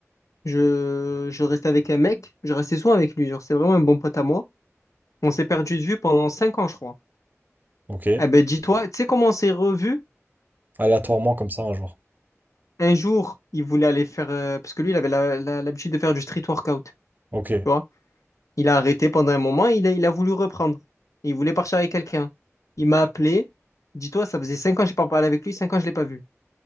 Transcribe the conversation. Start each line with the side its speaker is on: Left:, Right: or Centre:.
Left: Je, je restais avec un mec, je restais souvent avec lui, genre c'est vraiment un bon pote à moi. On s'est perdu de vue pendant cinq ans, je crois.
Right: Ok.
Left: Eh ben dis-toi, tu sais comment on s'est revus?
Right: Aléatoirement comme ça un jour.
Left: Un jour, il voulait aller faire, euh, parce que lui, il avait la- la- l'habitude de faire du street workout, tu
Right: Ok.
Left: vois. Il a arrêté pendant un moment, il a, il a voulu reprendre. Il voulait partir avec quelqu'un. Il m'a appelé, dis-toi, ça faisait cinq ans que j'ai pas parlé avec lui, cinq ans que je ne l'ai pas vu.